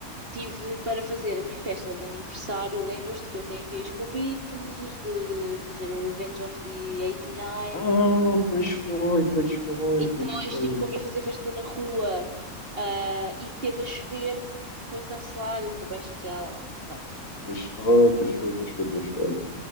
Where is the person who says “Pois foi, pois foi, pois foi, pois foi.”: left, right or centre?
Left